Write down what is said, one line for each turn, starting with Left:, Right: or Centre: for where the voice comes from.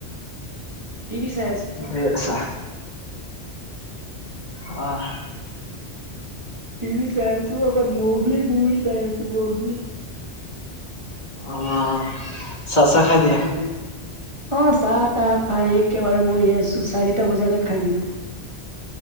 Right: টিভি চাই আছোঁ।
Left: এই আচ্ছা। অ'
Right: টিভি চাই আছোঁ অকলে, ম'গলী মুভি চাই আছোঁ ম'গলী।
Left: অ' চাহ চাহ খাই দিলা?
Right: উম, উম। অ' চাহ তাহ খাই একেবাৰে বহি আছোঁ। চাৰিটা বজাতে খাই দিলো‌ঁ।